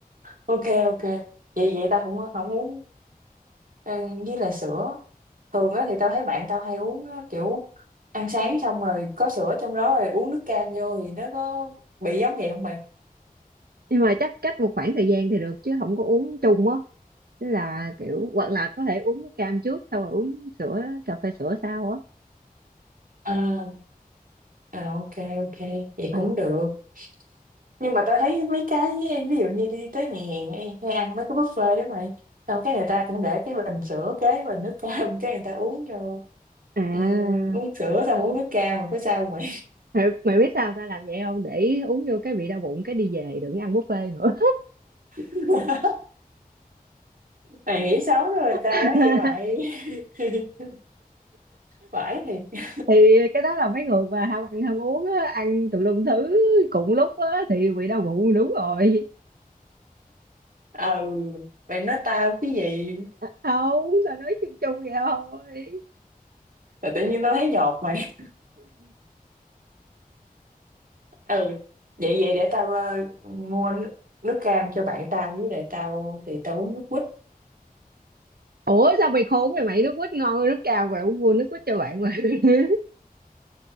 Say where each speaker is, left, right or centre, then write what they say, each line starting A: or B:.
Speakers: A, on the right; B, on the right.
A: ok ok vậy vậy ta không không uống ờ, với lại sữa thường á thì tao thấy bạn tao hay uống á, kiểu ăn sáng xong rồi có sữa trong đó rồi uống nước cam vô thì nó có bị giống vậy không mày
B: Nhưng mà chắc cách một khoảng thời gian thì được chứ không có uống chung á. Tức là kiểu hoặc là có thể uống cam trước xong rồi uống sữa cà phê sữa sau á.
A: à, à ok ok vậy
B: Ừ.
A: cũng được nhưng mà tao thấy mấy cái ví dụ như đi tới nhà hàng hay, hay ăn mấy cái buffet đó mày xong cái người ta cũng để cái bình sữa kế bình nước cam <laughs> cái người ta uống vô
B: À
A: Ừm, uống sữa xong uống nước cam rồi có sao mày
B: mày, mày biết sao tao làm vậy không để uống vô cái bị đau bụng cái đi về đừng ăn buffet nữa
A: <laughs> mày nghĩ xấu rồi người ta
B: <laughs>
A: quá vậy mày <laughs> phải thì
B: thì cái đó là mấy người mà ham ăn ham uống á, ăn tùm lum thứ cùng lúc á, thì bị đau bụng đúng rồi
A: ừ mày nói tao cái gì
B: không tao nói chung chung vậy thôi
A: rồi tự nhiên tao thấy nhột mày ừ vậy vậy để tao ờ, mua nước, nước cam cho bạn tao với lại tao thì tao uống nước quýt
B: ủa sao mày khốn vậy mày nước quýt ngon hơn nước cam mày uống mua nước quýt cho bạn mà <laughs>